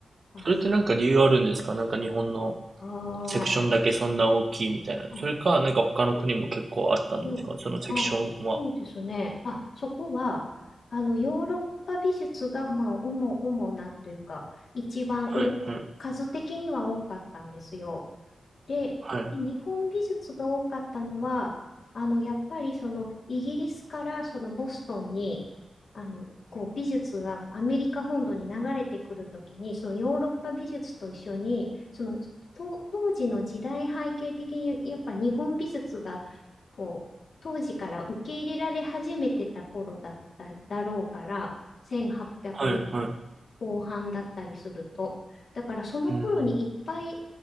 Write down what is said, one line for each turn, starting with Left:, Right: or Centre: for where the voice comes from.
Left: あ、
Right: それってなんか理由あるんですか？なんか日本の
Left: あ
Right: セクションだけそんな大きいみたいな。
Left: ーあ、
Right: それか、なんか他の国も結構あったんですか？
Left: うん。
Right: そのセクションは。
Left: あ、そうですね。あ、そこは、あの、ヨーロッパ美術が、まあ、主、主なというか、一番多
Right: はいはい。
Left: 数的には多かったんですよ。で、
Right: はい。
Left: で日本美術が多かったのは、あの、やっぱりそのイギリスからそのボストンに、あの、こう美術がアメリカ本土に流れてくるときに、そのヨーロッパ美術と一緒に、そのと当時の時代背景的にやっぱ日本美術がこう当時から受け入れられ始めてた頃だっただろうから、1800
Right: はいはい。
Left: 後半だったりすると。だからその頃にいっぱい、
Right: うーん。